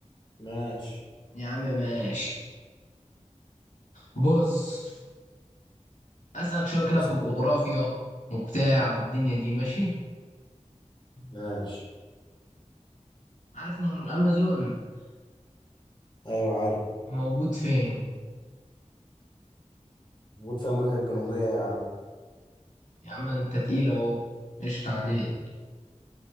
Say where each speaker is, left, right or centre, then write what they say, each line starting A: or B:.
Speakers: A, on the left; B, on the left.
A: ماشي
B: يا عم ماشي بص أسألك شوية كده
A: بس
B: في الجغرافيا وبتاع والدنيا دي ماشي
A: ماشي
B: عارف نهر الأمازون
A: ايوه عارف
B: موجود فين
A: موجود في امريكا الجنوبية يا عم
B: يا عم أنت تقيل أهو قشطة عليك